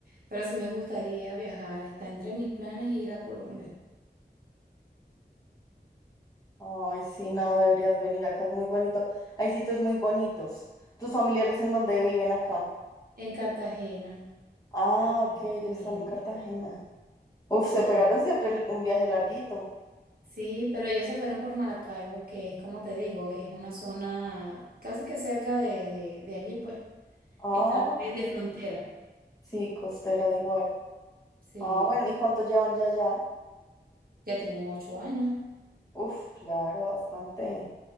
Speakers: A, on the right; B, on the left.
A: Pero sí me gustaría viajar, está entre mis planes ir a Colombia.
B: Ay, sí, no, deberías venir acá, es muy bonito. Hay sitios muy bonitos. ¿Tus familiares en dónde viven acá?
A: En Cartagena,
B: Ah,
A: Cartagena
B: ok, ellos
A: de las
B: están
A: Indias.
B: en Cartagena. Uf,
A: Sí,
B: se pegaron siempre el- un viaje larguito.
A: sí, pero ellos se fueron por Maracaibo, que es como te digo, es una zona casi que cerca de, de, de allí, pues.
B: Ah,
A: Están
B: ok.
A: de de frontera.
B: Sí, costera, da igual.
A: Sí,
B: Ah, bueno, ¿y cuánto llevan ya allá?
A: ya tienen ocho años,
B: Uf, claro, bastante.